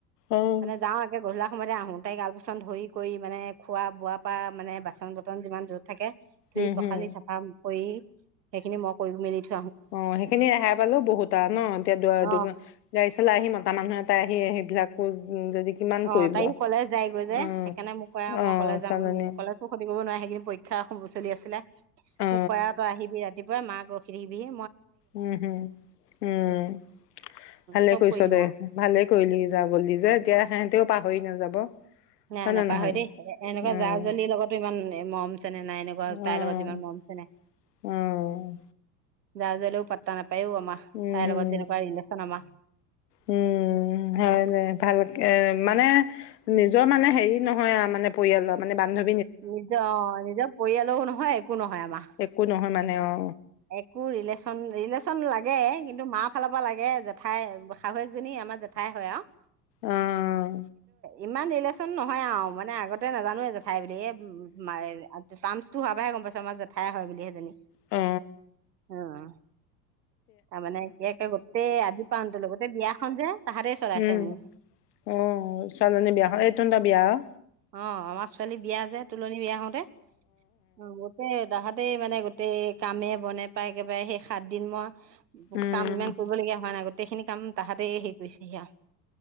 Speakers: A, on the left; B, on the right.
A: উম
B: মানে যাওঁ একে ঘধূলা। সময়তে আহোঁ, তাইক আলপচন ধৰি কৰি মানে খোৱা বোৱা পৰা মানে বাচন বৰ্তন যিমান যত। থাকে ধুই
A: উম
B: পখালি
A: হুম
B: চাফা। কৰি সেইখিনি মই কৰি মেলি থই।
A: অ সেইখিনি ৰেহাই পালো বহুত আৰু ন, এতিয়া
B: অ
A: গাড়ী চলাই আহি মতা মানুহ এটা আহি সেইবিলাক উম যদি। কিমান
B: অ
A: কৰিব
B: তাই কলেজ যাইগৈ যে
A: উম
B: সেইকাৰণে মোক ক আৰু
A: অ
B: মই কলে যাম
A: চালনী
B: কলেজো ক্ষতি কৰিব নোৱি সেই কিনি পৰীক্ষা চলি আছিলে
A: অ
B: মোক ক আৰু তই আহিবি ৰাতিপুৱা দূপৰীয়া মাক গখৰিবিয়ে।
A: উম হম উম ভালে
B: চব
A: কৰিছ
B: কৰি দিওঁ
A: দে,
B: আৰু
A: ভালে কৰিলি যা গলি যে এতিয়া সেহতেও। পাহৰি নাযাব।
B: নাই
A: হয়
B: নাই
A: নে
B: পাহৰি
A: নহয়
B: দেই এ এনেকুৱা
A: উম
B: জা-জলিৰ লগতো ইমান নে মম চেনে নাই এনেকুৱা
A: উম
B: তাইৰ লগত যিমান মৰম চেনেহ।
A: উম
B: জা জলিও পাত্তা নাপ পাই আমা
A: উম
B: তাইৰ
A: হম
B: লগত যেনেকোৱা ৰিলেশ্বন আমা।
A: উম, হয় ন' ভালকে এ মানে নিজৰ মানে হেৰি নহয় আৰু মানে পৰিয়ালৰ মানে বান্ধৱ
B: নিজৰ অ', নিজৰ পৰিয়ালও নহয় একো নহয় আমা।
A: একো নহয় মানে অ'।
B: একো ৰিলেশ্বন, ৰিলেশ্বন লাগে কিন্তু মা ফালৰ পৰা লাগে জেঠাই শাহুয়েকজনী আমাৰ জেঠাই হয় আও।
A: অহ।
B: ইমান ৰিলেশ্যন নহয় আও, মানে আগতে নাজানোৱেই জেঠাই বুলি, এ মাৰে যে তনষ্টো হোৱাৰ পৰাহে গম পাইছো, আমাৰ জেঠাই হয় বুলি সেইজনী।
A: অঁ।
B: অঁহ। তাৰমানে একে একে টেই আদি পৰা অন্তলৈ গোটেই বিয়াখন যে তাহাঁতেই চলাইছে
A: উম
B: মোৰ
A: অ ছোৱালীজনী বিয়াখন এই তন্দা বিয়া আও।
B: অ আমাৰ ছোৱালী বিয়া যে তোলনি বিয়া হওঁতে অ গোতেই তাহঁত গোটেই মানে গোটেই কামে বনে পায় একেবাৰে সেই সাত দিন মই
A: উম
B: কাম ইমান কৰিবলগীয়া হয় নাই গ গোটেইখিনি কাম তাহাঁতে হেই কৰিছে সি আৰু।